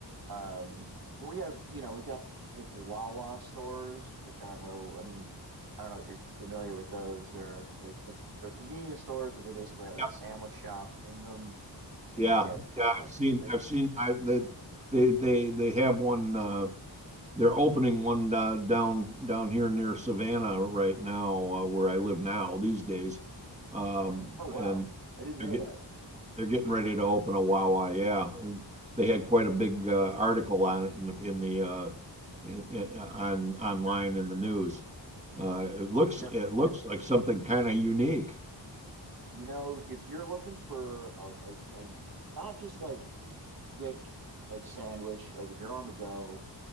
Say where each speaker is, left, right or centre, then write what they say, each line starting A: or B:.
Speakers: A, on the right; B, on the right.
A: Um, but we have, you know, we've got like the Wawa stores, which I don't know. I mean, I don't know if you're familiar with those. They're like they're, they're convenience stores, but they basically have like
B: Yep.
A: a sandwich shop in them, and
B: Yeah.
A: you get
B: Yeah.
A: um
B: I've seen.
A: like
B: I've seen. I they they they they have one. Uh, they're opening one uh, down down here near Savannah right now, uh, where I live now these days, um,
A: oh wow,
B: and
A: I didn't
B: they're
A: know
B: getting
A: that.
B: they're getting ready to open a Wawa. Yeah, and they had quite a big uh, article on it in the, in the uh, in, in- on online in the news. Uh, it looks
A: You know,
B: it looks like something kind of unique.
A: you know, if you're looking for a, like a, not just like quick like sandwich, like if you're on the go